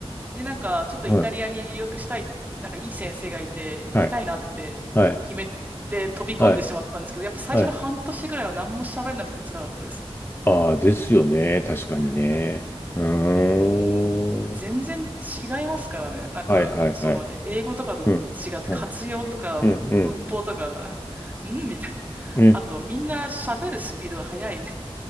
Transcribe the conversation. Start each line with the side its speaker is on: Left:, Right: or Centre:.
Right: で、なんかちょっとイタリアに留学したい、
Left: はい。
Right: なんかいい先生がいて、行きたいなって決めて飛び込んでしまったんですけど、
Left: はい。はい。はい。
Right: やっぱ最初の半年ぐらいは何も喋れなくて辛かったです。
Left: はい。ああ、ですよね。確かにね。
Right: はい。う
Left: うーん。
Right: ーん、全然違いますからね。なんか、
Left: はいはいはい。
Right: その、英語とかと違って、
Left: うん。うん。
Right: 活用とか、
Left: うん。
Right: 文法とか、<laughs> うんみたいな。
Left: うん。ね。
Right: あと、みんな喋るスピードが速いね。